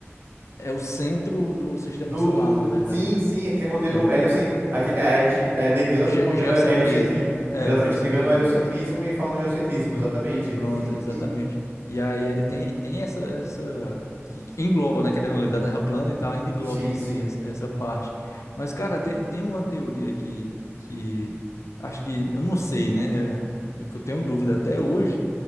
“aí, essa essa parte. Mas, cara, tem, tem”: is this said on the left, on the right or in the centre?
Left